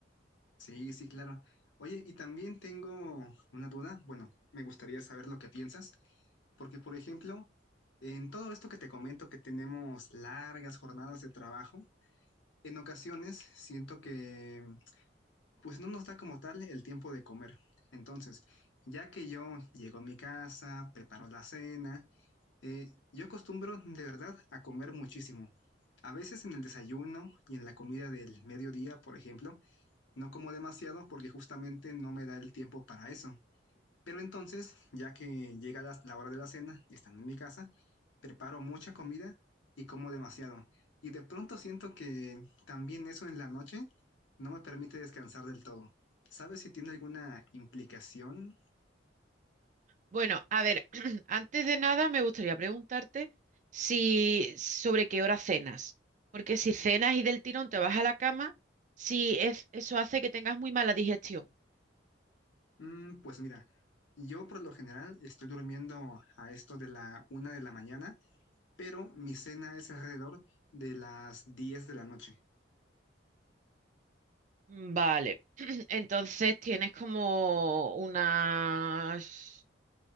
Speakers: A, on the left (about 80°); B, on the right (about 40°).
A: Sí, sí, claro. Oye, y también tengo una duda. Bueno, me gustaría saber lo que piensas, porque por ejemplo, en todo esto que te comento, que tenemos largas jornadas de trabajo, en ocasiones siento que pues no nos da como tal el tiempo de comer. Entonces, ya que yo llego a mi casa, preparo la cena, eh, yo acostumbro de verdad a comer muchísimo. A veces en el desayuno y en la comida del mediodía, por ejemplo. No como demasiado porque justamente no me da el tiempo para eso. Pero entonces, ya que llega la, la hora de la cena, estando en mi casa, preparo mucha comida y como demasiado. Y de pronto siento que también eso en la noche no me permite descansar del todo. ¿Sabes si tiene alguna implicación?
B: Bueno, a ver, <clears throat> antes de nada me gustaría preguntarte si sobre qué hora cenas, porque si cenas y del tirón te vas a la cama, si es, eso hace que tengas muy mala digestión.
A: Mm, pues mira, yo por lo general estoy durmiendo a esto de la una de la mañana, pero mi cena es alrededor de las 10 de la noche.
B: Vale, <clears throat> entonces tienes como unas